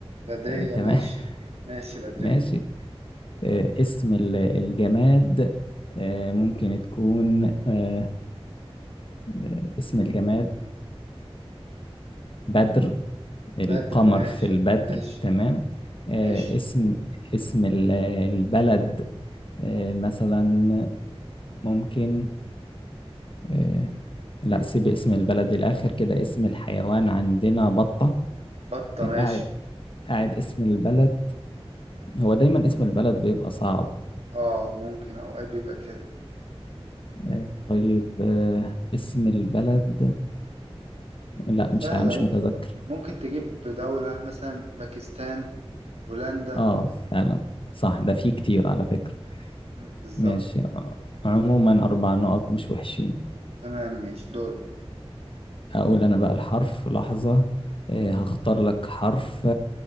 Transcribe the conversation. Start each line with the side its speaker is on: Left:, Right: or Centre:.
Right: بدرية
Left: آه، تمام
Right: ماشي
Left: <laughs>
Right: ماشي بدرية
Left: ماشي آه، اسم ال- الجماد آه، ممكن تكون آه، آه، اسم الجماد بدر القمر
Right: بدر ماشي
Left: في البدر
Right: ماشي
Left: تمام آه،
Right: ماشي
Left: اسم اسم ال- البلد آه، مثلا ممكن آه، لا سيب اسم البلد للآخر كده اسم الحيوان عندنا بطة
Right: بطة
Left: آه،
Right: ماشي
Left: قاعد قاعد اسم البلد هو دايما اسم البلد بيبقى صعب
Right: آه ممكن أوقات بيبقى كده
Left: آه، طيب آه، اسم البلد لا
Right: سهلة
Left: مش عا- مش
Right: ممكن
Left: متذكر
Right: ممكن تجيب دولة مثلا باكستان بولندا
Left: اه فعلا صح ده فيه كتير على فكرة
Right: مم، بالظبط
Left: ماشي آه، عموما أربع نقط مش وحشين
Right: تمام ماشي دورك
Left: أقول أنا بقى الحرف لحظة آه، هختار لك حرف